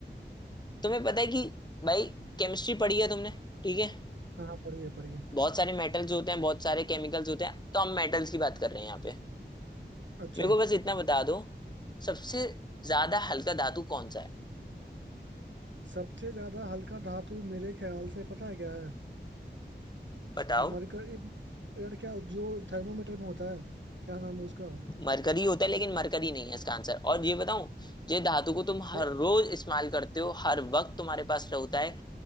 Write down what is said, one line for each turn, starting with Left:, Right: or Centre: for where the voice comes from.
Left: तुम्हें पता है कि भाई केमिस्ट्री पढ़ी है तुमने ठीक है
Right: हाँ हाँ, पढ़िए पढ़िए
Left: बहुत सारे मेटल्स होते हैं बहुत सारे केमिकल्स होते हैं तो हम मेटल्स की बात कर रहे हैं यहाँ पे
Right: अच्छा
Left: मेरे को बस इतना बता दो सबसे ज्यादा हल्का धातु कौन सा है
Right: सबसे ज्यादा हल्का धातु मेरे ख्याल से पता है क्या है
Left: बताओ
Right: मरकर यार क्या जो थर्मोमीटर में होता है क्या नाम है उसका
Left: मरकरी होता
Right: स-
Left: है लेकिन मरकरी नहीं है इसका आंसर और ये बताऊं ये धातु को तुम हर
Right: ये
Left: रोज इस्तेमाल करते हो हर वक्त तुम्हारे पास होता है